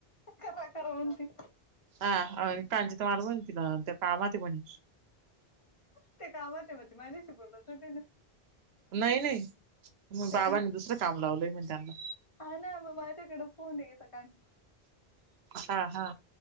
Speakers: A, on the left; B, on the right.
A: करा करा म्हणती
B: हा कांची तर मला म्हणती त्या कामात आहे म्हणे
A: ते कामात आहे म्हणती माझ्याशी बोलत होती ना
B: नाही नाही मग
A: कधी
B: बाबांनी दुसरं काम लावलंय मी त्यांना
A: हा ना मग माझ्याकडे फोन ये स
B: हा हा.